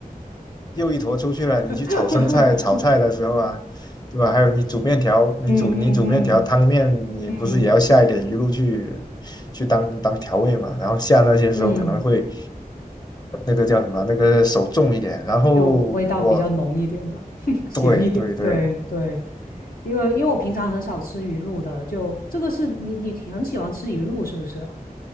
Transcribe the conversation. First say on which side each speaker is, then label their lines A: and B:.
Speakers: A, on the left (about 25°); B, on the left (about 70°).
A: 又一坨出去了。你去炒生菜、
B: <laughs>
A: 炒菜的时候啊，对吧？还有你煮面条，你煮你煮面条、
B: 嗯嗯
A: 汤面，你不是也要下一点鱼露去
B: 嗯嗯
A: 去当当调味嘛？然后下那些时候可能会
B: 嗯，
A: 那个叫什么，那个手重一点。然后我
B: 就味道比较浓一点了，<laughs> 咸一点。
A: 对对对，
B: 对对，因为因为我平常很少吃鱼露的，就这个是你你挺很喜欢吃鱼露是不是啊？